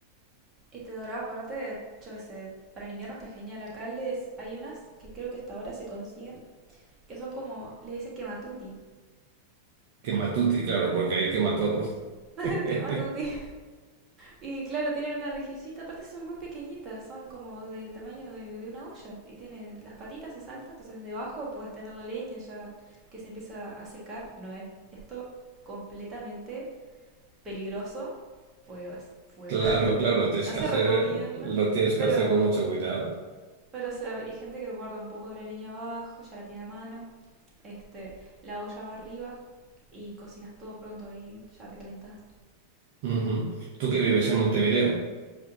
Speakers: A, on the right (about 20°); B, on the right (about 45°).
A: Y te duraba aparte, yo qué sé, para el invierno está genial. Acá les, hay unas que creo que hasta ahora se consiguen, que son como, le dicen quematuti.
B: Quematuti, claro, porque ahí
A: Ujú.
B: quema todo.
A: <laughs>
B: <laughs>
A: Quematuti. Y claro, tienen una rejillita, aparte son muy pequeñitas, son como del tamaño de, de una olla. Y tiene las patitas, se salta, entonces debajo puedes tener la leña ya que se empieza a secar. No es esto completamente peligroso, fuego es fuego.
B: Claro,
A: <laughs>
B: claro, tienes
A: No
B: que
A: se
B: hacer,
A: recomienda,
B: lo tienes
A: pero,
B: que hacer con mucho cuidado.
A: pero o sea, hay gente que guarda un poco de la leña abajo, ya la tiene a mano, este, la olla va arriba y cocinas todo pronto y ya te calentás.
B: Ujú. ¿Tú que vives en Montevideo?